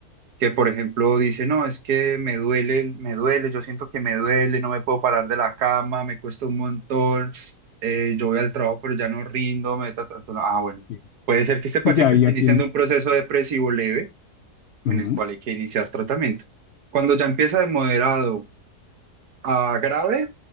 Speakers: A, on the right; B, on the left.
A: que por ejemplo dice, no, es que me duele, me duele, yo siento que me duele, no me puedo parar de la cama, me cuesta un montón, eh, yo voy al trabajo pero ya no rindo, me da tanto, no". Ah, bueno,
B: Sí,
A: puede ser que este paciente
B: Sí, ya, ya
A: esté iniciando
B: tienes.
A: un proceso depresivo leve
B: Ujú.
A: en el cual hay que iniciar tratamiento. Cuando ya empieza de moderado a grave,